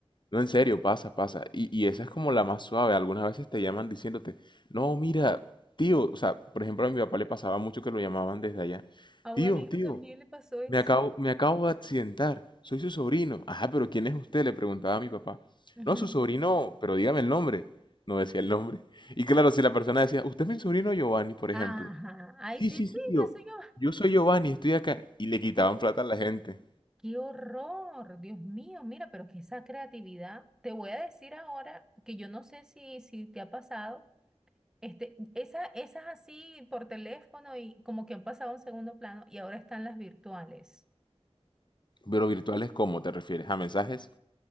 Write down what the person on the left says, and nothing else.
No, en serio, pasa, pasa. Y, y esa es como la más suave. Algunas veces te llaman diciéndote, no, mira, tío, o sea, por ejemplo, a mi papá le pasaba mucho que lo llamaban desde allá.
Tío,
tío,
me acabo, me acabo de accidentar. Soy su sobrino. Ajá, pero ¿quién es usted? Le preguntaba a mi papá.
No, su sobrino, pero dígame el nombre. No decía el nombre. <laughs> Y claro, si la persona decía, usted es mi sobrino Giovanni, por
ejemplo.
Sí,
sí, sí,
tío.
Yo soy Giovanni, estoy acá. Y le quitaban
plata a la gente.
Pero virtuales, ¿cómo te refieres? ¿A mensajes?